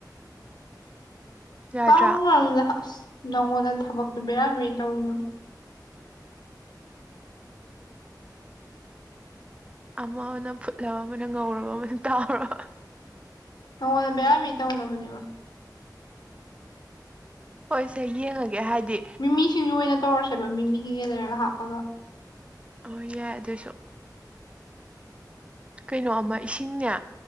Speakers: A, on the right (about 15°); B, on the left (about 75°).
A: ꯌꯥꯗ꯭ꯔꯥ
B: ꯇꯥꯎꯔꯨꯒꯅꯨꯗ ꯑꯁ ꯅꯪꯉꯣꯟꯗ ꯊꯕꯛꯇꯣ ꯕꯦꯔꯥ ꯕꯦꯔꯤ ꯇꯧꯅꯕ
A: ꯑꯃꯅ ꯐꯨꯠꯂꯕ ꯑꯃꯅ ꯉꯧꯔꯕ ꯑꯃꯅ ꯇꯥꯎꯔꯕ
B: ꯅꯪꯉꯣꯟꯗ ꯕꯦꯔꯥꯃꯤ ꯇꯧꯅꯕꯅꯦꯕ
A: ꯍꯣꯏ ꯁꯦ ꯌꯦꯡꯉꯒꯦ ꯍꯥꯏꯗꯤ
B: ꯃꯤꯃꯤꯁꯤꯡꯖꯨ ꯑꯣꯏꯅ ꯇꯧꯔꯁꯦꯕ ꯃꯤꯃꯤꯒꯤꯒ ꯂꯩꯔꯒ ꯍꯥꯞꯄꯒ
A: ꯍꯣꯏ ꯌꯥꯏ ꯑꯗꯨꯏꯁꯨ ꯀꯩꯅꯣ ꯑꯃ ꯏꯁꯤꯡꯅꯦ